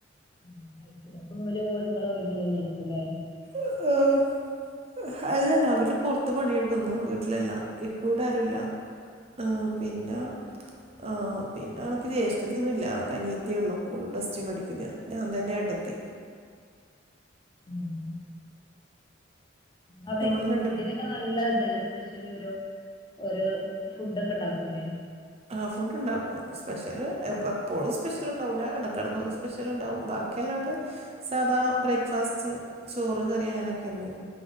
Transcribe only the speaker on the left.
<unintelligible>
ഉം അവിടെക്ക്
ഫുഡ്ന്
നല്ല ഇതല്ലേ സ്പെഷ്ല് ഓരോ ഓരോ ഫുഡ് ഒക്ക ഇണ്ടാക്കൂല്ലേ.